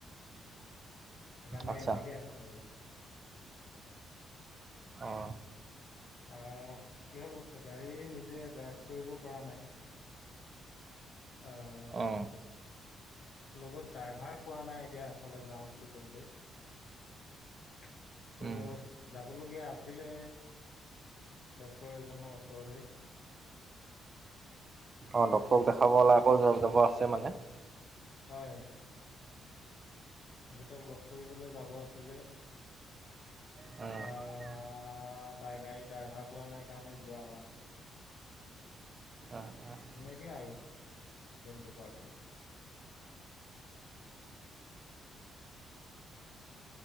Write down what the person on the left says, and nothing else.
গানে
এনেকে আছো আৰু
আহ কি হ'ল গাড়ী নিজে ড্ৰাইভ কৰিব পৰা নাই। আহ
লগত ড্ৰাইভাৰ পোৱা নাই এতিয়া এফালে যাওঁ বুলি কবলৈ। ত'
যাবলগীয়া আছিলে। ড্ক্তৰ এজনৰ ওচৰলে-
হয় তেখেতক লগ কৰিবলৈ যাব আছিলে।
আহ গাড়ী ড্ৰাইভাৰ পোৱা নাই কাৰণে যোৱা হোৱা নাই।
তেনেকেই আৰু দিনটো পাৰ কৰিম।